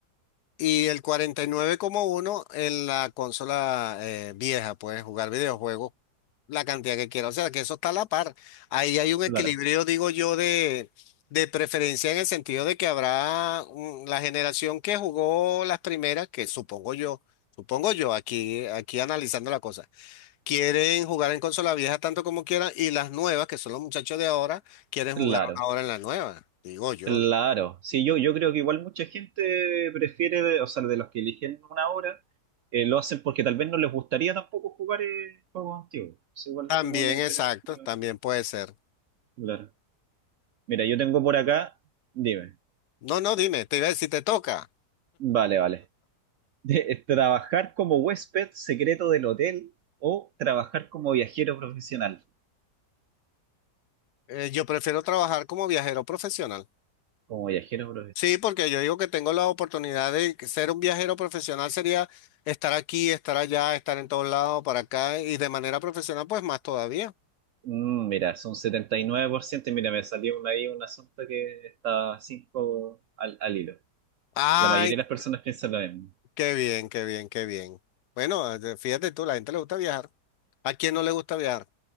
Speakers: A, on the left; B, on the right.
A: Y el cuarenta y nueve coma uno en la consola eh, vieja, puedes jugar videojuegos la cantidad que quieras. O sea, que eso está a la par. Ahí hay un equilibrio,
B: Claro,
A: digo yo, de, de preferencia en el sentido de que habrá mm, la generación que jugó las primeras, que supongo yo, supongo yo, aquí, aquí analizando la cosa, quieren jugar en consola vieja tanto como quieran y las nuevas, que son los muchachos de ahora, quieren
B: claro,
A: jugar ahora en la nueva, digo yo.
B: claro.
A: ¿no?
B: Sí, yo, yo creo que igual mucha gente prefiere, o sea, de los que eligen una obra, eh, lo hacen porque tal vez no les gustaría tampoco jugar eh, juegos antiguos. Es igual
A: También,
B: es como una diferencia.
A: exacto,
B: que
A: también
B: hay.
A: puede ser.
B: Claro. Mira, yo tengo por acá, dime,
A: No, no, dime, te iba a decir, te toca.
B: vale, vale. De- eh, trabajar como huésped secreto del hotel o trabajar como viajero profesional.
A: Eh, yo prefiero trabajar como viajero profesional.
B: Como viajero
A: Sí, porque yo digo que tengo la oportunidad de que ser un viajero profesional sería estar aquí, estar allá, estar en todos lados, para acá y de manera profesional, pues más todavía.
B: Mm, mira, son setenta y nueve por ciento y Mira, me salió una- ahí un asunto que está 5 al, al hilo.
A: Ay,
B: La mayoría de las personas piensan lo mismo.
A: qué bien, qué bien, qué bien. Bueno, eh, fíjate tú, la gente le gusta viajar. ¿A quién no le gusta viajar?